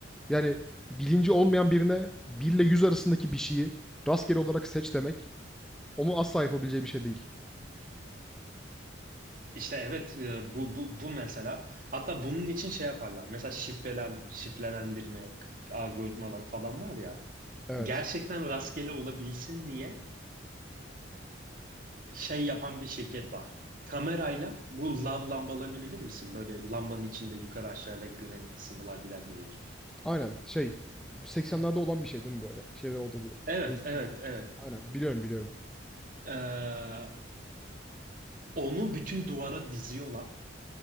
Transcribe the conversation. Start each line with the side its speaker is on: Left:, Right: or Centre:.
Centre: Yani bilinci olmayan birine 1 ile 100 arasındaki bir şeyi rastgele olarak seç demek onu asla yapabileceği bir şey değil.
Right: İşte evet e, bu, bu, bu mesela. Hatta bunun için şey yaparlar. Mesela şifreler, şifrelendirme k- algoritmaları falan var ya.
Centre: Evet.
Right: gerçekten rastgele olabilsin diye şey yapan bir şirket var. Kamerayla bu lav lambalarını bilir misin? Böyle lambanın içinde yukarı aşağı renkli renkli sıvılar gider gelir.
Centre: Aynen. Şey bu 80'lerde olan bir şey değil mi böyle? Şeyde olurdu.
Right: Evet,
Centre: İnsanlarda.
Right: evet, evet.
Centre: Aynen. Biliyorum biliyorum.
Right: Ee, onu bütün duvara diziyorlar